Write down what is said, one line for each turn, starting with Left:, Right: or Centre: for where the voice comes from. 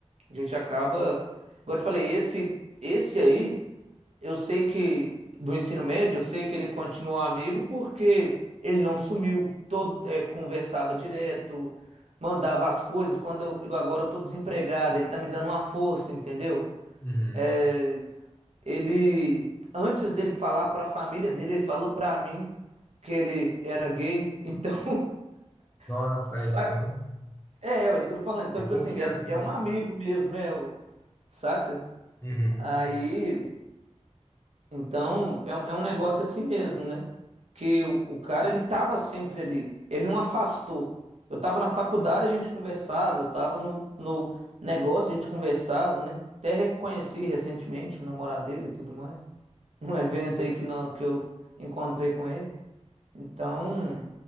Right: A gente acaba, igual eu te falei, esse esse aí, eu sei que do ensino médio, eu sei que ele continuou amigo porque ele não sumiu, todo é, conversava direto, mandava as coisas. Quando eu, igual agora eu tô desempregado, ele tá me dando uma força, entendeu?
Left: Uhum.
Right: É, ele, antes dele falar para a família dele, ele falou para mim que ele era gay. Então,
Left: Nossa,
Right: <laughs> saca?
Left: é, então,
Right: É, é isso que eu tô falando. Então,
Left: a
Right: tipo
Left: confiança,
Right: assim, é, é
Left: né?
Right: um amigo mesmo, é, ué, saca?
Left: Uhum.
Right: Aí Então, é, um- é um negócio assim mesmo, né? Que o, o cara, ele tava sempre ali. Ele não afastou. Eu tava na faculdade, a gente conversava. Eu tava no, no negócio, a gente conversava, né? Até reconheci recentemente o namorado dele e tudo mais. <laughs> Num evento aí que, não, que eu encontrei com ele. Então,